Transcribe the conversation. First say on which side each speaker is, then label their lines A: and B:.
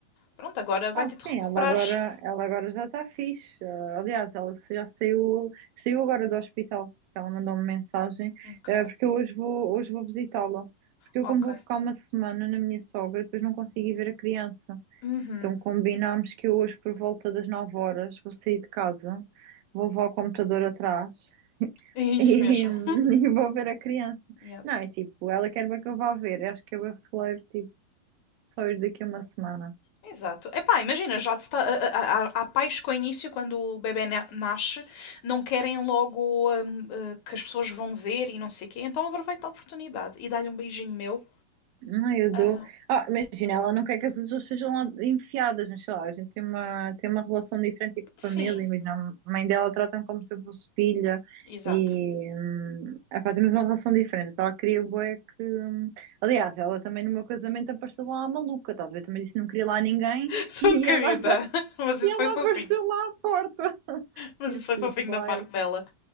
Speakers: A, on the left; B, on the right.
A: Pronto, agora vai
B: Ah,
A: ter
B: sim,
A: de recuperares.
B: ela agora, ela agora já está fixe. Ah, Aliás, ela já saiu, saiu agora do hospital. Ela mandou-me mensagem,
A: Ok,
B: eh, porque eu hoje vou, hoje vou visitá-la. Porque eu,
A: ok.
B: como vou ficar uma semana na minha sogra, depois não consigo ir ver a criança.
A: Uhum.
B: Então combinámos que eu hoje, por volta das 9 horas, vou sair de casa, vou levar o computador atrás
A: É isso
B: <laughs> e,
A: mesmo.
B: e
A: <laughs>
B: vou ver a criança.
A: Yep.
B: Não, é tipo, ela quer bem que eu vá ver. Eu acho que eu vou falar tipo, só ir daqui a uma semana.
A: Exato. Epá, imagina, já te está, há, há- há pais que ao início, quando o bebê na- nasce, não querem logo hum, eh, que as pessoas vão ver e não sei o quê, então aproveita a oportunidade e dá-lhe um beijinho meu.
B: Não, eu
A: Ah,
B: dou. Ah, imagina, ela não quer que as pessoas sejam lá enfiadas, mas sei lá, a gente tem uma, tem uma relação diferente, tipo
A: sim,
B: família. Imagina, a mãe dela trata-me como se eu fosse filha
A: exato.
B: e. Hum, epá, temos uma relação diferente. Então ela queria bué que. hum, Aliás, ela também no meu casamento apareceu lá a maluca, estás a ver? Também disse que não queria lá ninguém
A: <laughs>
B: <laughs>
A: Tão
B: e
A: querida.
B: ela,
A: Mas isso
B: e ela
A: foi fofinho.
B: apareceu lá à porta. <laughs>
A: Mas
B: E
A: isso
B: eu
A: foi
B: tipo,
A: fofinho da
B: ai.
A: parte dela.